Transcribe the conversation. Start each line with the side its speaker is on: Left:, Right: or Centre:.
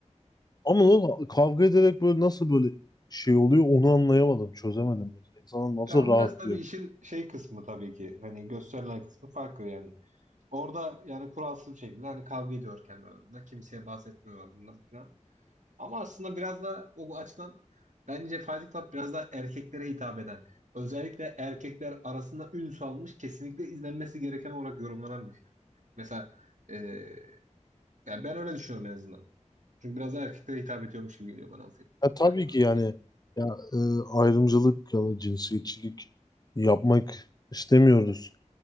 Left: Ama o kavga ederek böyle nasıl böyle şey oluyor onu anlayamadım, çözemedim mesela. İnsanlar nasıl
Right: Ya o
Left: rahatlıyor?
Right: biraz tabii işin şey kısmı tabii ki. Hani gösterilen kısmı farklı yani. Orada yani kuralsız bir şekilde hani kavga ediyor kendi aralarında. Kimseye bahsetmiyorlar bundan falan. Ama aslında biraz da o açıdan bence Fight Club biraz daha erkeklere hitap eden, özellikle erkekler arasında ün salmış, kesinlikle izlenmesi gereken olarak yorumlanan bir film. Mesela e, yani ben öyle düşünüyorum en azından. Çünkü biraz daha erkeklere hitap ediyormuş gibi geliyor bana o film.
Left: Ya tabii
Right: Fight Club.
Left: ki yani
Right: Evet.
Left: ya e, ayrımcılık ya da cinsiyetçilik yapmak istemiyoruz.